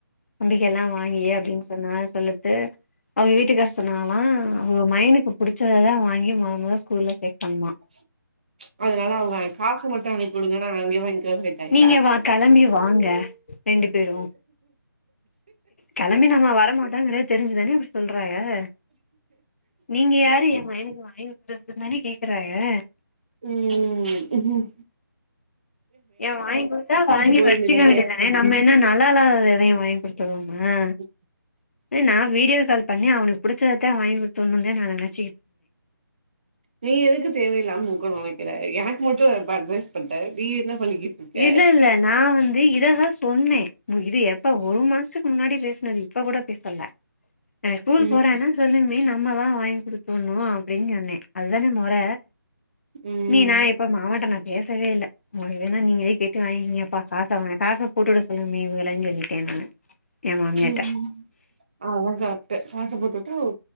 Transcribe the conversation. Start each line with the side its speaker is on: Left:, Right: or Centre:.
Left: தம்பிக்கி எல்லா வாங்கி அப்டின்னு சொன்னேனா நா சொல்றத்து அவுங்க வீட்டுக்கார் சொன்னாங்களா அவுங்க மையனுக்கு புடிச்சததா வாங்கி மொத மொதல்ல ஸ்கூல்ல சேக்கனுமா
Right: <unintelligible> அதனால அவங்க காச மட்டு அனுப்பி விடுங்க நா அங்கயே வாங்கிக்கிறேன்னு போயிட்டாங்களா
Left: நீங்க வா கெளம்பி வாங்க ரெண்டு பேரு கெம்பி நாம்ப வர மாட்டாங்குறத தெரிஞ்சி தானே அப்டி சொல்றாரு அ நீங்க யாரு என் மயனுக்கு வாங்கி குடுக்கறது தானே கேக்குறாக
Right: ம் ம்
Left: ஏன் வாங்கி குடுத்தா வாங்கி
Right: போ
Left: வச்சுக்க
Right: வேண்டியதானே
Left: வேண்டியதுதானே நம்ம என்ன நல்லா இல்லாத எதயு வாங்கி குடுத்துருவோமா
Right: <unintelligible>
Left: நா வீடியோ கால் பண்ணி அவனுக்கு புடிச்சத தா வாங்கி குடுத்துவுட்னு தா நா நெனைச்
Right: நீ எதுக்கு தேவையில்லாம குடுக்கனு நெனைக்கிற எனக்கு மட்டு அப்போ அட்வைஸ் பண்ட்ட நீ என்ன பண்ணிக்கிட்டு இருக்க
Left: இல்ல இல்ல நா வந்து இததா சொன்னே இது எப்ப ஒரு மாசத்துக்கு முன்னாடி பேஸ் சனது இப்ப கூட பேசல நா ஸ்கூல்
Right: ம்
Left: போறான்னா சொல்லுகமி நா நம்மதா வாங்கி குடுக்கணு அப்டின்னு சொன்னே அதுதானே மொற
Right: ம்
Left: நீ நா இப்ப மாமாட்ட நா பேசவே இல்ல மொத வேன்னா நீங்களே கேட்டு வாங்கிகங்கபா காச வா காச போட்டு விட சொல்லுங்கமி இவகள சொல்லிட்டேன் நானு ஏ மாமியாட்ட
Right: ம் ஆ உங்க அத்த காச போட்டு உட்டா ஒ